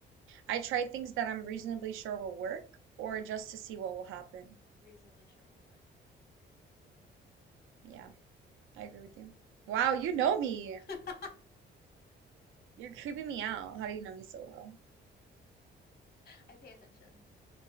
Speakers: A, on the right; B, on the left.
A: I try things that I'm reasonably sure will work or just to see what will happen.
B: Reasonably sure will work.
A: Yeah, I agree with you. Wow, you know me.
B: <laughs>
A: You're creeping me out. How do you know me so well?
B: I pay attention.